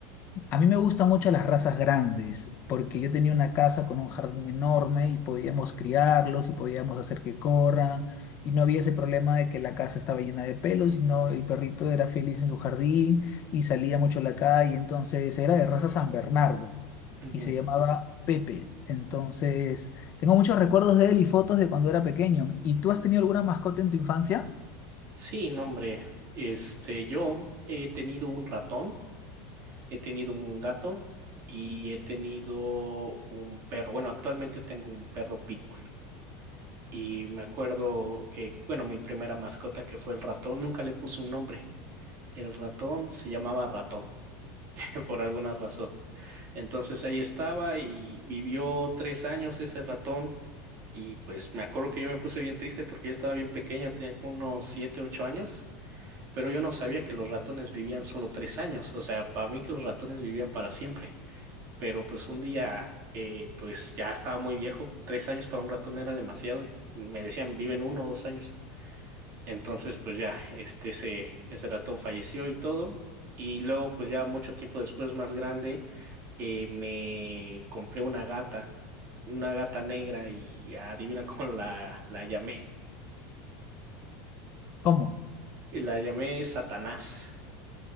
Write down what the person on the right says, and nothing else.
Ujú.
Sí, no, hombre, este, yo he tenido un ratón, he tenido un gato y he tenido un perro. Bueno, actualmente tengo un perro pitbull y me acuerdo que, bueno, mi primera mascota que fue el ratón, nunca le puse un nombre. El ratón se llamaba ratón <laughs> por alguna razón. Entonces ahí estaba y vivió tres años ese ratón y pues me acuerdo que yo me puse bien triste porque yo estaba bien pequeño, tenía como unos siete, ocho años, pero yo no sabía que los ratones vivían solo tres años, o sea, para mí que los ratones vivían para siempre, pero pues un día eh, pues ya estaba muy viejo, tres años para un ratón era demasiado, y me decían viven uno o dos años, entonces pues ya este ese, ese ratón falleció y todo. Y luego, pues ya mucho tiempo después, más grande, eh, me compré una gata, una gata negra y adivina <laughs> cómo la, la llamé.
La llamé Satanás